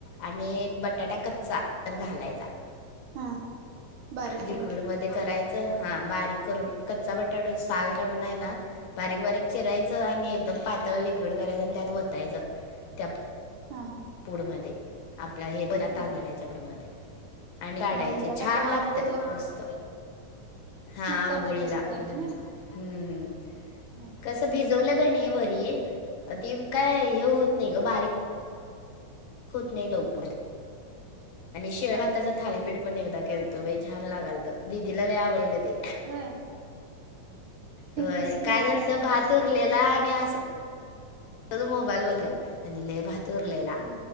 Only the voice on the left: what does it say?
आणि बटाटा कच्चा त्यात घालायचा
लिक्विड
मध्ये करायच हा बारीक करून कच्चा बटाटो साल काढून आहे ना बारीक बारीक चिरायचं आणि एकदम पातळ लिक्विड करायचं आणि त्यात वतायचं. त्या
पुड मध्ये आपला हे तांदळाच्या
पुड मध्ये आणि काडायचे
छान
लागते मस्त हा
आंबोळीला
हम्म
हम्म
कसं भिजवलं का नाही वरी ती काय हे होत नाही ग बारीक. होत नाही लवकर आणि शेळ
भाताचा
थालीपेठ मी पण केलतो बाई एकदा छान लागालत दिदीला आवडेल ते
होय
काय झालंत तर भात उरलेला आणि अस आणि लय भात उरलेला